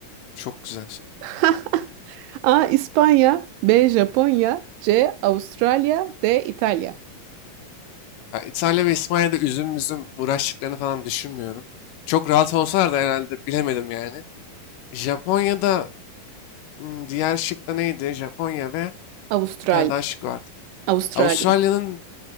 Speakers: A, on the left; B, on the right.
A: çok güzel soru.
B: <laughs> A. İspanya B. Japonya C. Avustralya D. İtalya
A: Ya İtalya ve İspanya'da üzüm üzüm uğraştıklarını falan düşünmüyorum. Çok rahat olsalar da herhalde bilemedim yani. Japonya'da hmm, diğer şık da neydi? Japonya ve
B: Avustralya
A: bir tane daha şık vardı.
B: Avustralya.
A: Avustralya'nın